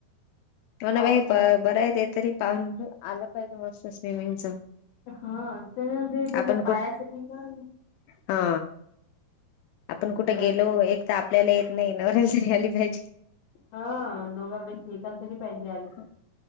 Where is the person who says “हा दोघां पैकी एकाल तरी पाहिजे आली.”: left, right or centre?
Left